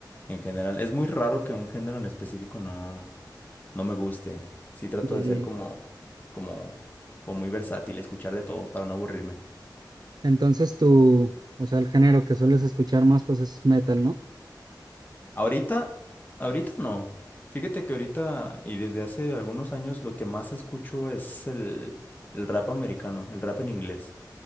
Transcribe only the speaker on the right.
ya,
ya.
Entonces tú, o sea, el género que sueles escuchar más, pues es metal, ¿no?